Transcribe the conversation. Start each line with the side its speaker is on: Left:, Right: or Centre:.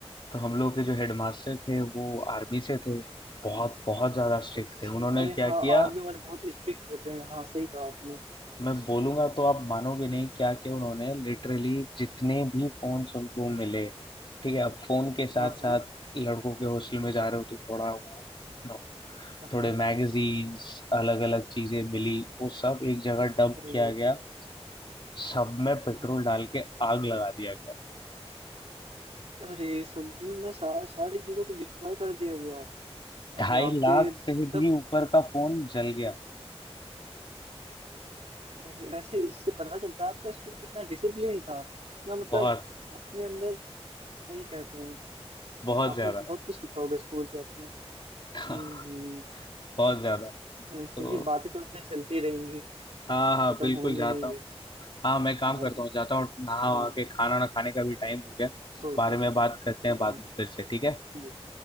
Left: तो हम लोग के जो हेडमास्टर थे वो आर्मी से थे बहुत बहुत ज्यादा स्ट्रिक्ट
Right: अच्छे
Left: थे उन्होंने
Right: अरे
Left: क्या
Right: हाँ
Left: किया
Right: आर्मी वाले बहुत स्ट्रिक्ट होते हैं हाँ सही कहा आपने
Left: मैं बोलूंगा तो आप मानोगे नहीं क्या क्या उन्होंने लिटरली जितने भी फोन्स उनको मिले ठीक है अब फोन के साथ
Right: हाँ हाँ
Left: साथ लड़कों के हॉस्टल में जा रहे हो तो थोड़ा वो नो
Right: हाँ
Left: थोड़े
Right: हाँ।
Left: मैगजीन्स अलग अलग चीजें मिली वो सब एक जगह डंप
Right: अरे
Left: किया गया सब में पेट्रोल
Right: हाँ
Left: डाल के आग लगा दिया गया
Right: अरे सब में मैं सार, सारी चीजों को डिस्ट्रॉय कर दिया गया
Left: ढाई
Right: अरे आपके
Left: लाख
Right: मतलब
Left: से भी ऊपर का फोन जल गया
Right: अरे ऐसे इससे पता चलता है आपका स्कूल कितना डिसिप्लिन था कितना मतलब
Left: बहुत
Right: अपने अंदर सही कहते हैं
Left: बहुत
Right: आपने
Left: ज्यादा
Right: बहुत कुछ सीखा होगा स्कूल से अपने हम्म
Left: <laughs>
Right: हम्म।
Left: बहुत ज्यादा
Right: हाँ, चलिए
Left: तो
Right: बातें तो ऐसे चलती रहेंगी
Left: हाँ
Right: खत्म
Left: हाँ बिल्कुल
Right: होंगी
Left: जाता
Right: नहीं
Left: हूँ
Right: ये
Left: हाँ मैं काम
Right: हाँ
Left: करता हूँ जाता हूँ नहा
Right: हाँ
Left: वहा के खाना ना खाने का भी टाइम हो गया
Right: ओके
Left: बारे में बात करते हैं
Right: हाँ
Left: बाद
Right: हाँ
Left: में फिर से ठीक है
Right: ठीक